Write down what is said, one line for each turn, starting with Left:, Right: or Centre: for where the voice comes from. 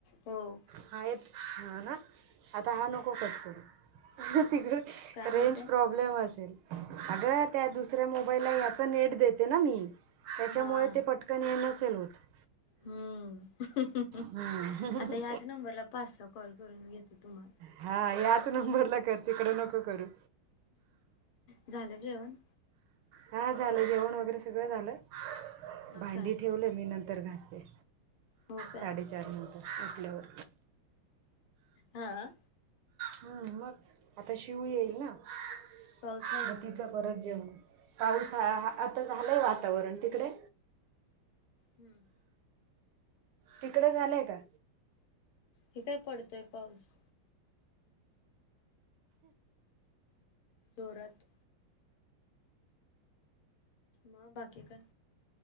Left: हो
Right: हायेत ह ना. आता हा नको कट करू तिकडे
Left: काय म्हणताय?
Right: रेंज प्रॉब्लेम अग त्या दुसऱ्या मोबाईल ला याचा नेट देते ना मी. त्याच्यामुळे
Left: हा
Right: ते पटकन हे नसेल होत.
Left: हम्म
Right: हम्म
Left: आता ह्याच नंबरला पाच, सहा कॉल करून घेते तुम्हाला.
Right: हा याच नंबरला कर तिकड नको करू.
Left: झालं जेवण.
Right: हा झालं जेवण वगैरे सगळं झालं
Left: हा
Right: भांडी
Left: काय
Right: ठेवलं मी नंतर तर घासते
Left: हो काय
Right: साडेचार नंतर उठल्यावर.
Left: हा.
Right: हम्म मग आता शिव येईल ना मग
Left: पाऊस आहे होय
Right: तिचं परत जेवण पाऊस आता झालं आहे वातावरण तिकडे.
Left: हम्म.
Right: तिकडे झालंय का.
Left: हे काय पडतोय पाऊस. जोरात मग बाकी काय.